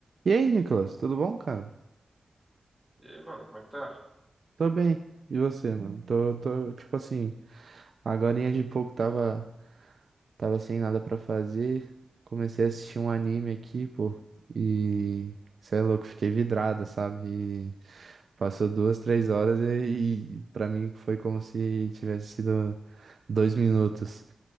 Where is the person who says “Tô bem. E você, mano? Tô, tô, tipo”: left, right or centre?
Right